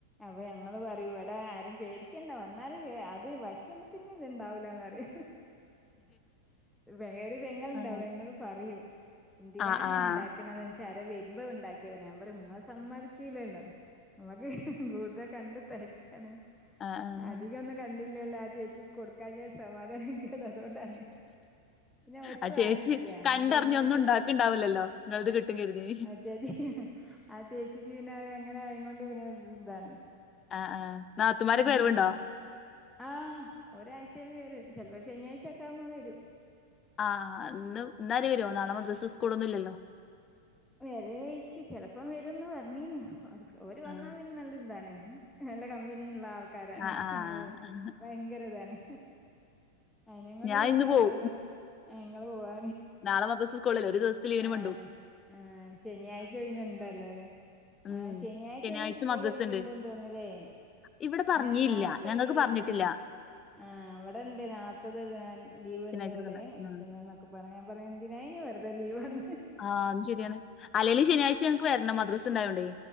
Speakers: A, in the centre; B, on the left (about 25°).
A: അപ്പ ഞങ്ങള് പറയും ഇവ്ടെ ആരും പേടി ക്കണ്ട വന്നാല് അത് ഭക്ഷണത്തിന് ഇത്ണ്ടാവില്ലന്ന്റയും വേറെ പെങ്ങള്ണ്ട്
B: ആഹ്
A: പെങ്ങള് പറയും എന്തിനാ
B: ആഹ്
A: ഇങ്ങനെ
B: ആഹ്
A: ഇണ്ടാക്ക്‌ണത് ന്ന്ച്ച വരുമ്പോ ഉണ്ടാക്കിയ ഞാൻ പറയും ഉമ്മ സമ്മതിക്കുലല്ലോ ഞമ്മക്ക് കൂടുത കണ്ട് തയ്ക്കാണ്
B: ആഹ്
A: അധികൊന്നും കണ്ടി ഇല്ലല്ല ആ ചേച്ചിക്ക് കൊടുക്കഞാ ഒര് സമാധാന കേട അതുകൊണ്ടാണ് പിന്നെ ഓര്ക്കും
B: ആ ചേച്ചി
A: ആരുംല്ല അതുകൊണ്ട്
B: കണ്ടറിഞ്ഞ്
A: പിന്നെ
B: ഒന്നും
A: ആ ചേച്ചി
B: ഉണ്ടാക്ക്ണ്ടാവൂലല്ലോ ഇങ്ങളത് കിട്ടും കരുതി
A: ആ ചേച്ചി ആ ചേച്ചിക്ക് പിന്നെ എങ്ങനെ ആയം കൊണ്ട് പിന്നെ ഇതാണ്
B: ആ ആ നാത്തുമാരൊക്കെ
A: ഉം
B: വരവ്ണ്ടോ
A: ആഹ് ഒരാഴ്ചയില് വരും ചെലപ്പോ ശനിയാഴ്ച ഒക്കെ ആവ്മ്പം വരും
B: ആഹ് ഇന്ന് ഇന്ന അവര് വരുവോ നാളെ മദ്രസ് സ്കൂളൊന്നും ഇല്ലല്ലോ
A: വേര അയ്ക്കും ചിലപ്പോ വരുമ്ന്ന് പറഞ്ഞിന് ഒര്
B: ആഹ്
A: വന്നാ പിന്നെ നല്ല ഇതാണ് നല്ല കമ്പനിയുള്ള ആൾക്കാരാണ്
B: ആഹ് ആഹ്
A: ഓ ഭയങ്കര ഇതാണ് അതിനും കൊണ്ട്
B: ഞാൻ
A: പിന്നെ
B: ഇന്ന് പോവും
A: വന്ന ഞങ്ങള് പോവാ
B: നാളെ മദ്രസ സ്കൂൾ ഇല്ലേ ഒരു ദിവസത്തെ ലീവിന്
A: ആഹ്
B: വെരണ്ടു
A: ആഹ് ശനിയാഴ്ച പിന്നെ ഇണ്ടല്ലോ അല്ലെ
B: ഉം
A: ആഹ് ശനിയാഴ്ച ഇനി സ്കൂൾ
B: മദ്രസ
A: എടുക്കണ്ടന്ന്
B: ഇണ്ട്
A: തോന്നുന്നല്ലേ
B: ഇവിടെ പറഞ്ഞില്ല
A: നേത്തെ നാളത്തെ
B: ഞങ്ങൾക്ക്
A: ലീവ്
B: പറഞ്ഞിട്ടില്ല
A: ആഹ് ആഹ് അവിടെണ്ട് നാളത്തെത് ഞാൻ ലീവ്
B: ശനിയാഴ്ച
A: ഉണ്ട് പോലെ
B: എടുക്കണ്ട
A: എടുക്കുന്നെന്നൊക്കെ
B: ഉം
A: പറഞ്ഞ പറ എന്തിനായിയിന് വെറുതെ ലീവെന്ന്
B: ആഹ് മ് ശരിയാണ് അല്ലേലും ശനിയാഴ്ച ഞങ്ങക്ക് വരണം മദ്രസ് ഉണ്ടായൊണ്ടേ